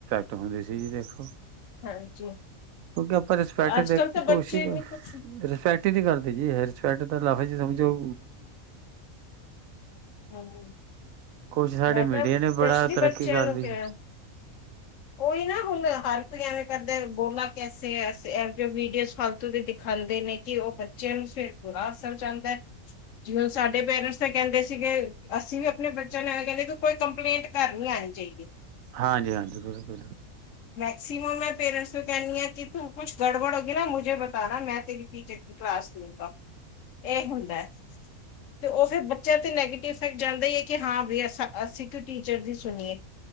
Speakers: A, on the right (about 75°); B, on the left (about 65°).
A: <unintelligible> ਜੀ ਦੇਖੋ
B: ਹਾਂਜੀ
A: ਕਿਉਂਕਿ ਆਪਾਂ ਰਿਸਪੈਕਟ
B: ਅੱਜ
A: ਦੇਖ
B: ਕੱਲ ਤਾਂ
A: ਕੇ ਕੋਸ਼ਿਸ਼
B: ਬੱਚੇ ਨੇ ਕੁਛ
A: ਰਿਸਪੈਕਟ ਹੀ ਨਹੀਂ ਕਰਦੇ ਜੀ ਹੈ ਰਿਸਪੈਕਟ ਲਫ਼ਜ ਚ ਸਮਝੋ,
B: ਹੂੰ,
A: ਕੁਛ ਸਾਡੇ
B: ਮੈਂ
A: ਮੀਡੀਆ
B: ਤਾਂ ਸਪੈਸ਼ਲੀ
A: ਨੇ ਬੜਾ ਤਰੱਕੀ
B: ਬੱਚਿਆਂ
A: ਕਰ
B: ਨੂੰ
A: ਲਈ
B: ਕਿਹਾ
A: ਜੀ,
B: ਉਹੀ ਨਾ ਹੁੰਦਾ ਹਰ ਐਵੇਂ ਕਰਦੇ ਬੋਲਾਂ ਕੈਸੇ ਐਸੇ ਵੀਡੀਓ ਫਾਲਤੂ ਦੇ ਦਿਖਾਦੇ ਨੇ ਕਿ ਉਹ ਬੱਚਿਆਂ ਨੂੰ ਫਿਰ ਥੋੜ੍ਹਾ ਅਸਰ ਜਾਂਦਾ ਹੈ ਜਿਵੇ ਸਾਡੇ ਪੇਰੈਂਟਸ ਤਾਂ ਕਹਿੰਦੇ ਸੀਗੇ ਅਸੀਂ ਵੀ ਆਪਣੇ ਬੱਚੇ ਤੇ ਮੈਂਨੁ ਕਹਿੰਦੇ ਕੋਈ ਕੰਪਲੇਂਟ ਘਰ ਨਹੀਂ ਲੈਣੀ ਚਾਹੀਦੀ।
A: ਹਾਂਜੀ-ਹਾਂਜੀ ਬਿਲਕੁਲ
B: ਮੈਕਸੀਮ ਮੈਂ ਪੇਰੈਂਟਸ ਨੂੰ ਕਹਿੰਦੀ ਹਾ ਕਿ ਤੂੰ ਕੁਛ ਗੜਬੜ ਹੋ ਨਾ ਮੁਝੇ ਬਤਾ ਮੈਂ ਤੇਰੀ ਟੀਚਰ ਦੀ ਕਲਾਸ ਲੂਂਗਾ ਇਹ ਹੁੰਦਾ ਤੇ ਉਹਂਦਾ ਫੇਰ ਬੱਚਿਆਂ ਤੇ ਨੈਗੇਟਿਵ ਇਫੈਕਟ ਜਾਂਦਾ ਈ ਐ ਕੀ। ਕਿ ਹਾਂ ਸਿਕ ਟੀਚਰ ਦੀ ਸੁਣੀ,